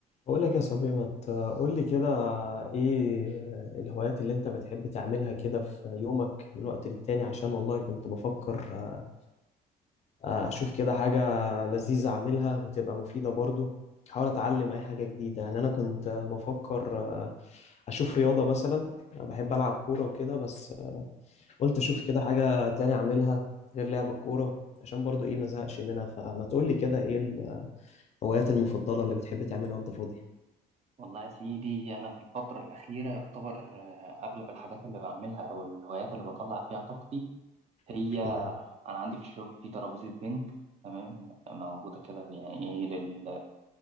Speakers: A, on the left (about 40°); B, on the right (about 40°).
A: بقول لك يا صبري ما تقول لي كده ايه الهوايات اللي انت بتحب تعملها كده في يومك من وقت للتاني عشان والله كنت بفكر آه، آه، اشوف كده حاجة لذيذة اعملها وتبقى مفيدة برضو احاول اتعلم اي حاجة جديدة يعني انا كنت آه، بفكر آه، اشوف رياضة مثلا أنا بحب العب كورة وكده بس آه، قلت اشوف كده حاجة تاني اعملها غير لعب الكورة عشان برضو ايه ما زهقش منها فما تقول لي كده ايه الهوايات المفضلة اللي بتحب تعملها وانت فاضي
B: والله يا سيدي أنا في الفترة الأخيرة يعتبر آه، أغلب الحاجات اللي بعملها أو الهوايات اللي بطلع فيها طاقتي هي
A: <laughs>
B: أنا عندي في الشغل في ترابيزة بينج تمام موجودة كده يعني إيه لل...